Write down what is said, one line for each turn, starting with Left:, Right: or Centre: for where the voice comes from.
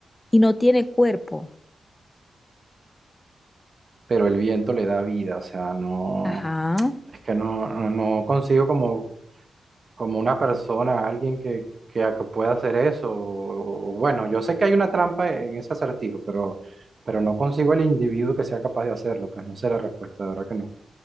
Left: y no tiene cuerpo.
Right: Pero el viento le da vida, o sea, no,
Left: Ajá.
Right: es que no, no, no consigo como como una persona, alguien que, que, a- que pueda hacer eso. o- o bueno, yo sé que hay una trampa en ese acertijo, pero, pero no consigo el individuo que sea capaz de hacerlo, pues no sé la respuesta, de verdad que no.